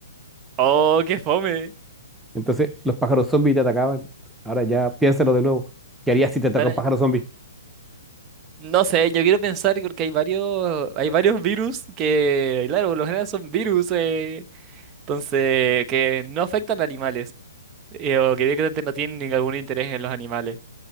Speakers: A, on the right; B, in the centre.
A: Oh, qué fome.
B: Entonces los pájaros zombies te atacaban. Ahora ya piénsalo de nuevo. ¿Qué harías si te ataca
A: Ahora,
B: un pájaro zombie?
A: no sé, yo quiero pensar porque hay varios, hay varios virus que, claro, por lo general son virus, eh, entonces, que no afectan a animales, eh, o que directamente no tienen ningún interés en los animales.